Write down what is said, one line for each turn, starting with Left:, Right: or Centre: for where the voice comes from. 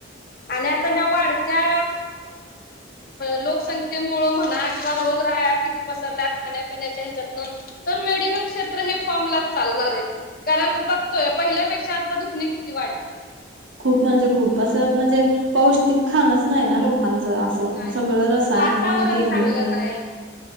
Left: आणि आता ह्या वाढत्या लोकसंख्येमुळं म्हणा किंवा रोग राया किती पसरल्यात खाण्यापिण्याच्या ह्याच्यातन. तर मेडिकल क्षेत्र हे फॉर्मलाच चालणार आहे कारण बघ तोय पहिल्यापेक्षा आता दुखणी किती वाढल्यात.
Right: खूप म्हणजे खूप असं म्हणजे पौष्टिक खाणच नाहीय ना लोक च असं
Left: नाही
Right: सगळं रसायने,
Left: वातावरण
Right: केमिकल
Left: चांगलं नाही